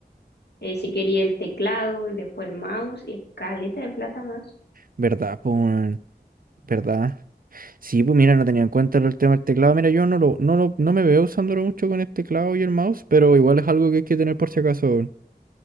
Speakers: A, on the left; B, on the right.
A: eh, si quería el teclado y después el mouse, y caleta de plata más.
B: ¿Verdad? Pues, weón? ¿verdad? Sí, pues mira, no tenía en cuenta el tema del teclado. Mira, yo no lo, no lo, no me veo usándolo mucho con el teclado y el mouse, pero igual es algo que hay que tener por si acaso. weón.